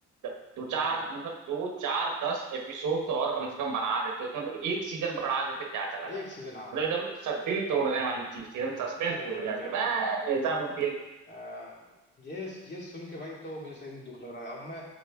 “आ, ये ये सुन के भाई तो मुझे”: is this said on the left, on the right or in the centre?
Left